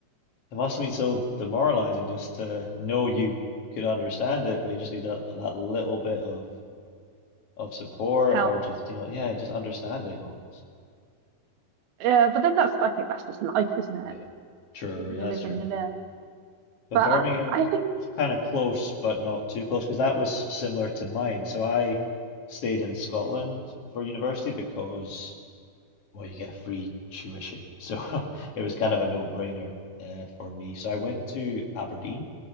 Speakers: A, on the left; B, on the right.
A: It must have been so demoralizing just to know you could understand it, but you just need that that little bit of of support
B: Help.
A: or just, you know, yeah, just understanding almost.
B: Yeah, but then that's, I think that's just life, isn't
A: Yeah.
B: it?
A: True,
B: You,
A: yeah,
B: you live
A: that's true.
B: and you learn.
A: But
B: But
A: Birmingham
B: I, I think,
A: was kind of close, but not too close, because that was similar to mine. So I stayed in Scotland for university because well, you get free tuition. So <laughs> it was kind of a no-brainer uh, for me. So I went to Aberdeen,